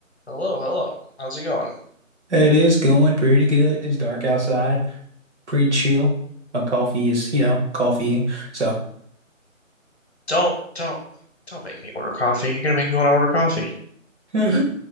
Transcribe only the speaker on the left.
Hello, hello. How's it going?
Don't, don't, don't make me order coffee. You're gonna make me want to order coffee.